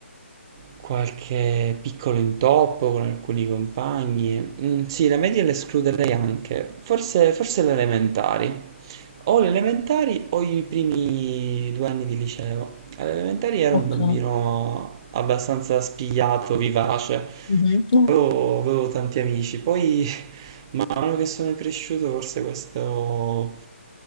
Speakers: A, on the right; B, on the left.
A: qualche piccolo intoppo con alcuni compagni. Mm, sì, le medie le escluderei anche. Forse, forse le elementari. O le elementari o i primi due anni di liceo. Alle elementari ero
B: Ok.
A: un bambino abbastanza spigliato, vivace.
B: mhm. No.
A: Avevo, avevo tanti amici, poi <laughs> man mano che sono cresciuto forse questo-